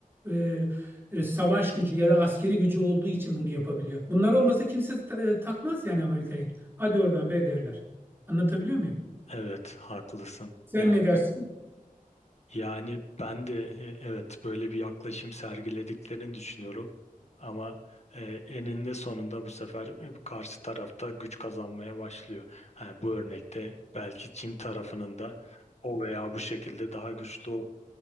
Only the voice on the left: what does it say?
Evet, haklısın.
Yani
yani ben de e, evet böyle bir yaklaşım sergilediklerini düşünüyorum. Ama e, eninde sonunda bu sefer e, karşı tarafta güç kazanmaya başlıyor. Yani bu örnekte belki Çin tarafının da o veya bu şekilde daha güçlü ol-